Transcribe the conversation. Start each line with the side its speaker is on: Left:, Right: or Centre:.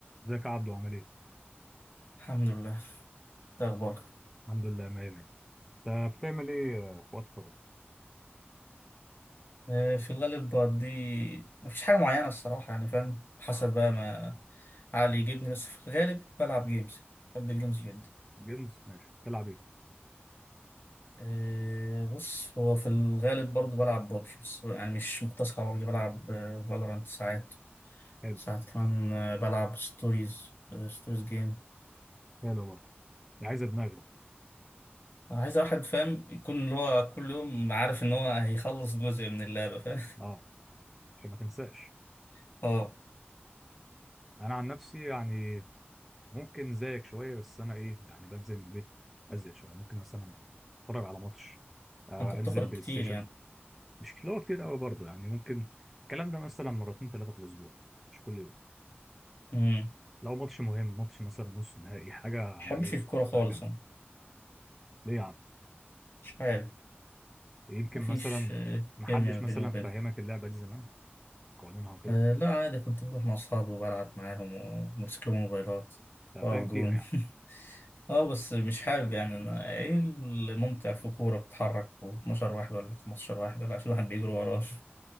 Centre: ازيك يا عبدو عامل ايه؟
Left: الحمد لله إيه اخبارك
Centre: الحمد لله مية مية. انت بتعمل ايه آه، في وقت فراغ؟
Left: آه، في الغالب بقضي مفيش حاجه معينه الصراحه يعني فاهم حسب بقى ما عقلي يجيبني بس في الغالب بلعب جيمز بحب الجيمز جدا
Centre: جيمز ماشي بتلعب ايه؟
Left: آه، بص هو في الغالب برضه بلعب بابجي بس يعني مش مقتصر على بابجي بلعب فالورانت ساعات
Centre: حلو
Left: ساعات كمان آه، بلعب ستوريز ستوريز جيم
Centre: حلو برضه دي عايزة دماغ دي
Left: انا عايز واحد فاهم يكون اللي هو كل يوم عارف ان هو هيخلص جزء من اللعبه فاهم
Centre: اه عشان ما تنساش
Left: <laughs> اه
Centre: انا عن نفسي يعني ممكن زيك شوية بس انا ايه يعني بنزل من البيت ازيد شوية ممكن مثلا اتفرج على ماتش آه
Left: انت بتخرج
Centre: انزل بلاي
Left: كتير
Centre: ستيشن مش اللي هو كتير قوي برضه يعني ممكن الكلام ده مثلا مرتين ثلاثة في الاسبوع مش كل يوم
Left: يعني
Centre: لو ماتش مهم ماتش مثلا نص نهائي حاجة يعني
Left: بحبش
Centre: ايه
Left: الكورة خالص
Centre: حاجة جامدة
Left: أنا
Centre: ليه يا عم؟
Left: مش عارف
Centre: يمكن
Left: مفيش
Centre: مثلا
Left: آه،
Centre: محدش
Left: كيميا ما بيني
Centre: مثلا
Left: وبينهم
Centre: فهمك اللعبة دي زمان قوانينها وكده
Left: آه، لا عادي كنت بروح مع أصحابي وبلعب معاهم وبمسك لهم موبايلات
Centre: أنت
Left: وأقف
Centre: فاهم فيها
Left: جون
Centre: يعني
Left: <laughs> اه بس مش حابب يعني أنا ايه الممتع في كورة بتتحرك و12 واحد ولا 15 واحد ولا 20 واحد <laughs> بيجروا وراه